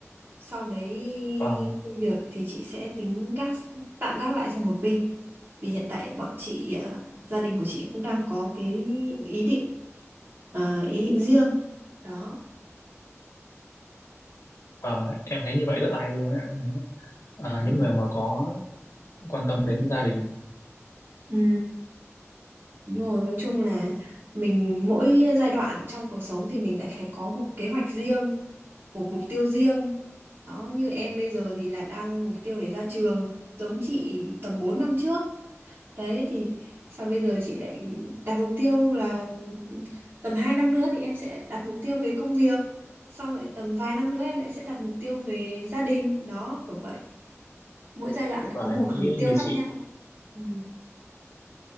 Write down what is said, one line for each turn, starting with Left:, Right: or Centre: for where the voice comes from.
Right: sau đấy
Left: Vâng
Right: công việc thì chị sẽ tính gác tạm gác lại sang một bên vì hiện tại bọn chị ờ, gia đình của chị cũng đang có cái ý định ờ, ý định riêng đó
Left: Ờ, em thấy như vậy rất là hay luôn ấy. Ờ,
Right: Ừ.
Left: những người mà có quan tâm đến gia đình
Right: Ừ, đúng rồi, nói chung là mình mỗi giai đoạn trong cuộc sống thì mình lại phải có một kế hoạch riêng, một mục tiêu riêng. Đó, như em bây giờ thì là đang mục tiêu để ra trường, giống chị tầm 4 năm trước. Đấy thì sao bây giờ chị lại đặt mục tiêu là tầm 2 năm nữa thì em sẽ đặt mục tiêu về công việc. Xong rồi tầm vài năm nữa em lại sẽ đặt mục tiêu về gia đình. Đó kiểu vậy. Mỗi giai đoạn lại
Left: và
Right: có
Left: em
Right: một
Left: cũng
Right: mục
Left: nghĩ
Right: tiêu
Left: như
Right: khác
Left: chị.
Right: nhau. Ừ.